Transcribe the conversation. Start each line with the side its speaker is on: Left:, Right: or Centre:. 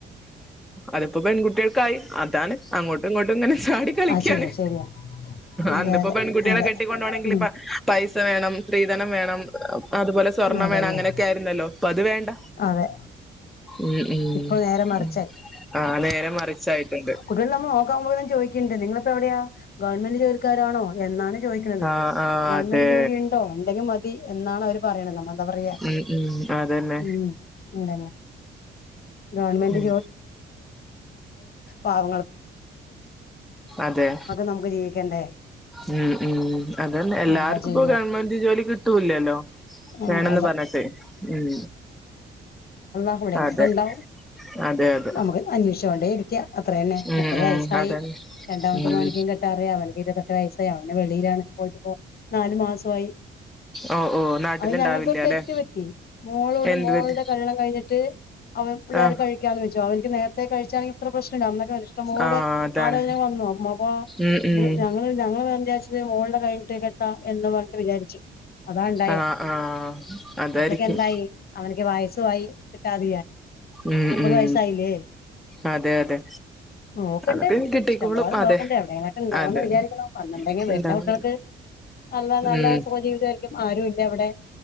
Centre: അതിപ്പം പെൺകുട്ടികൾക്കായി അതാണ് അങ്ങോട്ടും ഇങ്ങോട്ടും ഇങ്ങനെ ചാടി കളിക്കയാണ്
Left: അത് ശരിയാ ശരിയാ അതെ
Centre: അന്നിപ്പോ
Left: അതെ
Centre: പെൺകുട്ടികളെ
Left: അതെ
Centre: കെട്ടിക്കൊണ്ട് പോണെങ്കിൽ
Left: ഉം
Centre: ഇപ്പ പൈസ വേണം സ്ത്രീധനം വേണം അതുപോലെ സ്വർണ്ണം
Left: അതന്നെ
Centre: വേണം അങ്ങനെയൊക്കെ ആയിരുന്നല്ലോ ഇപ്പം അത് വേണ്ട
Left: അതെ
Centre: ഉം
Left: ഇപ്പൊ നേരെ മറിച്ചായി
Centre: ഉം ആ നേരെ മറിച്ചായിട്ടുണ്ട്
Left: കുട്ടികളെ നമ്മൾ നോക്കാപോലും ചോദിക്ക ണ്ട് നിങ്ങളപ്പോ എവിടെയാ ഗവൺമെന്റ് ജോലിക്കാരാണോ എന്നാണ് ചോയ്ക്കണത്
Centre: ആ ആ
Left: ഗവൺമെന്റ്
Centre: അതെ
Left: ജോലി ഉണ്ടോ ഉണ്ടെങ്കിൽ മതി എന്നാണ് അവര് പറയണത് എന്താ പറയാ
Centre: ഉം ഉം അതന്നെ
Left: ഉം ഉംന് ഇതന്നെ ഗവൺമെന്റ്
Centre: ഉം
Left: വാങ്ങാതെ
Centre: അതെ
Left: നമുക്ക് ജീവിക്കണ്ടേ
Centre: ഉം ഉം അതന്നെ എല്ലാർക്കും
Left: എന്താ ചെയ്യാ
Centre: ഇപ്പോ ഗവൺമെന്റ് ജോലി കിട്ടൂല്ലാല്ലോ
Left: ആ
Centre: വേണംന്ന്
Left: അതെ
Centre: പറഞ്ഞട്ടെ ഉം
Left: അവിടെ എങ്ങനെക്കെണ്ടാവും
Centre: അതെ അതെ അതെ
Left: നമുക്ക് അന്വേഷിച്ച് കൊണ്ടേരിക്കാം അത്ര തന്നെ
Centre: ഉം
Left: മുപ്പത്
Centre: ഉം
Left: വയസ്സായി
Centre: അതന്നെ
Left: രണ്ടാമത്തെ
Centre: ഉം
Left: മോനിക്കും കെട്ടാറായി അവനക്ക് ഇരുപ എട്ടു വയസായി അവൻ വെളിയിലാണ് പോയിട്ട് ഇപ്പോ നാലു മാസായി
Centre: ഓ ഓ <unintelligible>
Left: അത് ഞങ്ങൾക്കൊരു തെറ്റ്
Centre: ല്ലെ
Left: പറ്റി മോളോട്
Centre: എന്ത്
Left: മോളുടെ
Centre: പറ്റി
Left: കല്ണം കഴിഞ്ഞിട്ട് അവ പിള്ളേ
Centre: ആഹ്
Left: കഴിക്കാന്ന് വെച്ചോ അവർക്ക് നേരത്തെ കഴിച്ചാണെങ്കിൽ ഇത്ര പ്രശനം അന്നൊക്കെ ഒരു ഇഷ്ടംപോലെ
Centre: ആഹ് അതാണ്
Left: ആലോചന വന്നു അപ്പൊ
Centre: ഉം ഉം
Left: ഞങ്ങൾ ഞങ്ങള് എ മോളുടെ കഴഞ്ഞട്ട കേട്ടാ എന്ന് പറഞ്ഞണ്ട് വിചാരിച്ചു അതാ ഉണ്ടായേ
Centre: ആഹ് ആഹ് അതായിരിക്കും
Left: അപ്പളക്ക എന്തായി അവനക്ക് വായസായി കിട്ടാത
Centre: ഉം
Left: മുപ്പത്
Centre: ഉം
Left: വയസായില്ലേ
Centre: അതെ അതെ
Left: നോക്കണ്ട്
Centre: അതൊക്കെ കിട്ടിക്കോളും
Left: ഇഷ്ടംപോലെ
Centre: അതെ
Left: നോക്കണ്ട് എവിടെങ്കങ്ങൊക്കെ ഉണ്ടാവോന്ന്
Centre: അതെ
Left: വിചാരിക്കണോ വന്നിുണ്ടെങ്കിൽ വരുന്ന
Centre: ഉണ്ടാവും
Left: കുട്ടികൾക്ക് നല്ല നല്ല
Centre: ഉം
Left: സുഖജീവിത ആയിരിക്കും ആരു ഇല്ല അവിടെ